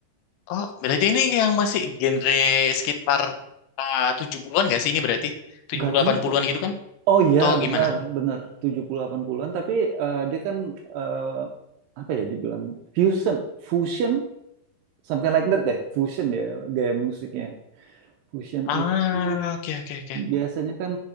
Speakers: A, on the left; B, on the right.
A: Oh, berarti ini yang masih genre sekitar ah, 70-an gak sih ini berarti? tujuh
B: Nggak
A: puluh
B: juga.
A: delapan 80 an gitu kan?
B: Oh iya,
A: Atau
B: benar,
A: gimana? Iya.
B: benar. 70-80-an, tapi eh, dia kan eh, apa ya dibilang fusion, fusion Something like that deh, fusion ya gaya musiknya. Fusion
A: Ah,
B: itu
A: oke, oke, oke.
B: biasanya kan